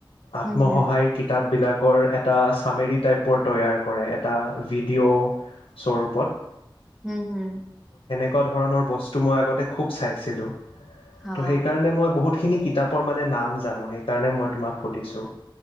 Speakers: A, on the left; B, in the centre.
A: আত্মসহায়
B: হম হম
A: কিতাপবিলাক। কৰ এটা চামেৰী টাইপৰ তৈয়াৰ কৰে, এটা ভিডিঅ' স্বৰূপত।
B: হম, হম।
A: তেনেকুৱা ধৰণৰ বস্তু মই আগতে খুব চাইছোঁ।
B: অ
A: ত' সেইকাৰণে মই বহুত খিনি কিতাপৰ মানে নাম জানোঁ, সেইকাৰণে মই তোমাক সুধিছোঁ।